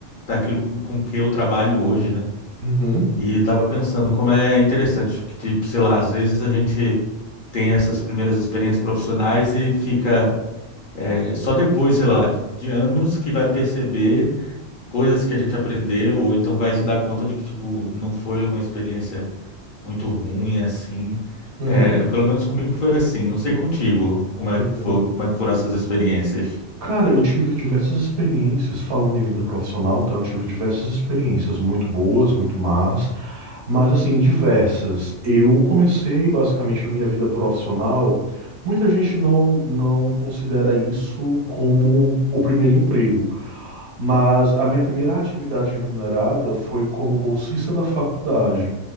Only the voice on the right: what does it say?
uhum,
uhum,
uhum.
Cara, eu tive diversas experiências, falando em vinda profissional, tá? Eu tive diversas experiências muito boas, muito más. Mas assim, diversas. Eu comecei basicamente a minha vida profissional. Muita gente não não considera isso como o primeiro emprego. Mas a minha primeira atividade remunerada foi como bolsista da faculdade.